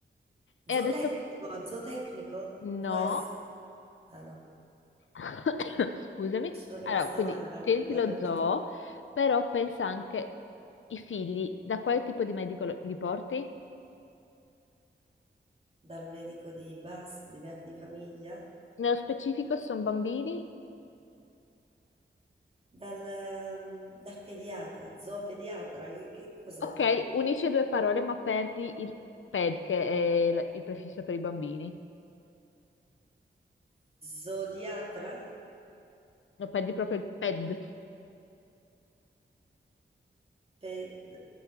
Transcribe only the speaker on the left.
E
adesso
no.
<coughs> Scusami.
Allora, quindi
tieniti
lo
zoo, però pensa anche i figli, da quale tipo di medico lo- li porti?
Nello specifico sono bambini?
Ok, unisci due parole, ma perdi il ped, che è il il prefisso per i bambini.
No, perdi proprio il ped.